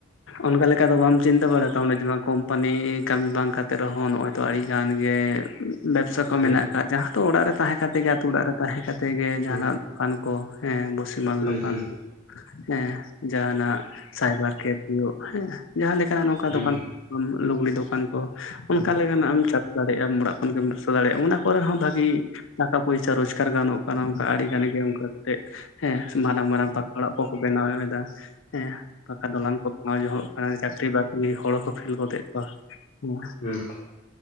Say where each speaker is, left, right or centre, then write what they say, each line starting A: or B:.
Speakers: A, on the left; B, on the left.
A: ᱚᱱᱠᱟ ᱞᱮᱠᱟ ᱫᱚ ᱵᱟᱢ ᱪᱤᱱᱛᱟᱹ ᱵᱟᱲᱟᱠᱟᱣᱟ ᱡᱮ ᱵᱟᱝ ᱠᱳᱢᱯᱟᱱᱤ ᱠᱟᱹᱢᱤ ᱵᱟᱝ ᱠᱟᱛᱮᱜ ᱨᱮᱦᱚᱸ ᱱᱚᱜᱼᱚᱭ ᱛᱚ ᱟᱹᱰᱤ ᱜᱟᱱ ᱜᱮ ᱵᱮᱵᱽᱥᱟ ᱠᱚ
B: ᱦᱩᱸ
A: ᱢᱮᱱᱟᱜ ᱟᱠᱟᱫ ᱡᱟᱦᱟᱸ ᱫᱚ ᱚᱲᱟᱜ ᱨᱮ ᱛᱟᱦᱮᱸ ᱠᱟᱛᱮ ᱜᱮ ᱟᱛᱳ ᱚᱲᱟᱜ ᱨᱮ ᱛᱟᱦᱮᱸ ᱠᱟᱛᱮ ᱜᱮ ᱡᱟᱦᱟᱱᱟᱜ
B: ᱦᱩᱸ
A: ᱫᱚᱠᱟᱱ ᱠᱚ ᱦᱮᱸ ᱵᱩᱥᱤ ᱢᱟᱞ
B: ᱦᱩᱸ
A: ᱫᱚᱠᱟᱱ᱾
B: ᱦᱩᱸ
A: ᱦᱮᱸ ᱡᱟᱦᱟᱱᱟᱜ ᱥᱟᱭᱵᱟᱨ ᱠᱮᱯ ᱦᱩᱭᱩᱜ ᱦᱮᱸ ᱡᱟᱦᱟᱸ ᱞᱮᱠᱟᱱᱟᱜ ᱱᱚᱝᱠᱟ
B: ᱦᱩᱸ
A: ᱫᱚᱠᱟᱱ
B: ᱦᱩᱸ ᱦᱩᱸ ᱦᱩᱸ
A: ᱞᱩᱜᱽᱲᱤ ᱫᱚᱠᱟᱱ ᱠᱚ ᱚᱱᱠᱟ ᱞᱮᱠᱟᱱᱟᱜ ᱮᱢ ᱪᱟᱞ ᱫᱟᱲᱮᱭᱟᱜᱼᱟᱢ ᱚᱲᱟᱜ ᱠᱷᱚᱱ ᱜᱮᱢ ᱫᱤᱥᱚ ᱫᱟᱲᱮᱭᱟᱜᱼᱟ ᱚᱱᱟ ᱠᱚᱨᱮ ᱦᱚ ᱵᱷᱟᱜᱤ ᱴᱟᱠᱟ ᱯᱚᱭᱥᱟ ᱨᱳᱡᱽᱜᱟᱨ ᱜᱟᱱᱚᱜ ᱠᱟᱱᱟ ᱚᱱᱠᱟ ᱟᱹᱰᱤᱜᱟᱱ ᱜᱮ ᱚᱱᱠᱟ ᱦᱮᱸ ᱢᱟᱨᱟᱝ ᱢᱟᱨᱟᱝ ᱯᱟᱠᱟ ᱚᱲᱟᱜ ᱠᱚᱠᱚ ᱵᱮᱱᱟᱣ ᱮᱫᱟ ᱦᱮᱸ ᱯᱟᱠᱟ ᱫᱚᱞᱟᱱ ᱠᱚ ᱱᱚ ᱡᱚᱦᱚᱜ ᱦᱩᱭᱩᱜ ᱠᱟᱱᱟ ᱪᱟᱹᱠᱨᱤ ᱵᱟᱹᱠᱨᱤ ᱦᱚᱲ ᱦᱚᱸᱠᱚ ᱯᱷᱮᱞ ᱜᱚᱫᱮᱜ ᱠᱚᱣᱟ
B: ᱦᱩᱸ ᱦᱩᱸ